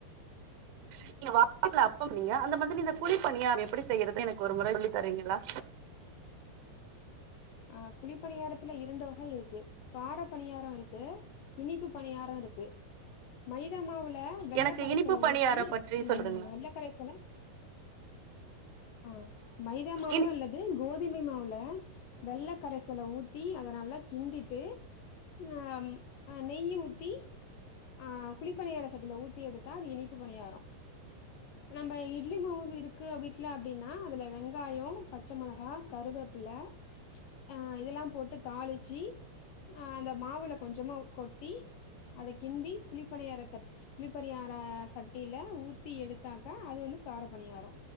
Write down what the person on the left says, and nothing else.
ஆ குளிப்பணியாரத்துல இரண்டு வகை இருக்கு கார பணியாரோ இருக்கு இனிப்பு பணியாரோ யாரோ இருக்கு மைத மாவுல ல வெல்லக்கரைசல
ஊத்தி
உம்
வெல்லக்கரைசல ஆ மைதாமாவு
அல்லது கோது மிமி மாவுல வெள்ளக்கரைசல ஊத்தி அத நல்லா கிண்டிட்டு ம் ஆ நெய்ய ஊத்தி ஆ குளிப்பனியார சட்டில ஊத்தி எடுத் அது இனிப்பு பணியாரோ நம்ம இட்லி மாவு இருக்கு வீட்ல அப்டின்னா அதுல வெங்காயோ பச்ச மோளகா கருவேப்பில அ இதெல்லா போட்டு தாளிச்சு அ அந்த மாவுல கொஞ்சமா கொட்டி அத கிண்டி குளிப்பணியார குளிப்பணியார சட்டில ஊத்தி எடுத்தாக்க அது வந்து கார பணியாரோ